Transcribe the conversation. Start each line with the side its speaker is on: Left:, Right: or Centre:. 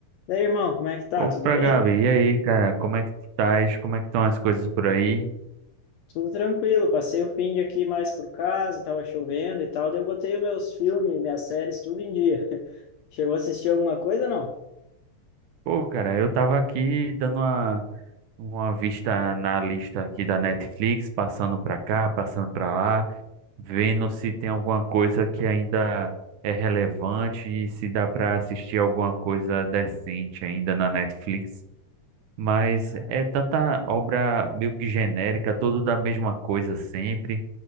Left: Daí, irmão, como é que tá?
Right: Opa,
Left: Tudo bem?
Right: Gabi, e aí, cara, como é que tu estás? Como é que estão as coisas por aí?
Left: Tudo tranquilo. Passei o fim de aqui mais por casa, tava chovendo e tal. Daí eu botei os meus filmes, minhas séries, tudo em dia. <laughs> Chegou a assistir alguma coisa, não?
Right: Pô, cara, eu tava aqui dando uma, uma vista na lista aqui da Netflix, passando pra cá, passando pra lá, vendo se tem alguma coisa que ainda é relevante e se dá pra assistir alguma coisa decente ainda na Netflix. Mas
Left: Ah.
Right: é tanta obra meio que genérica, tudo da mesma coisa sempre.